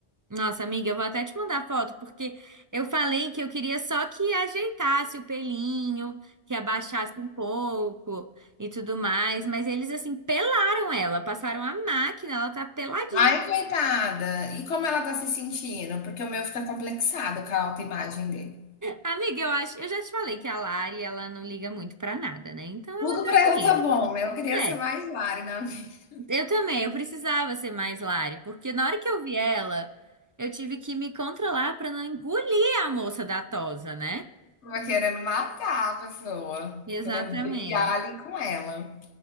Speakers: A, on the right; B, on the left.
A: Nossa, amiga, eu vou até te mandar foto, porque eu falei que eu queria só que ajeitasse o pelinho, que abaixasse um pouco e tudo mais, mas eles assim pelaram ela, passaram a máquina, ela tá peladinha.
B: Ai, coitada. E como ela tá se sentindo? Porque o meu fica complexado com a autoimagem dele.
A: Amiga, eu acho, eu já te falei que a Lari, ela não liga muito pra nada, né? Então
B: Tudo
A: ela tá
B: pra ela
A: fluindo.
B: tá bom, né? Eu queria
A: É,
B: ser mais Lari na vida.
A: eu também, eu precisava ser mais Lari, porque na hora que eu vi ela, eu tive que me controlar pra não engolir a moça da tosa, né?
B: Tava querendo matar a pessoa.
A: Exatamente.
B: Querendo brigar ali com ela.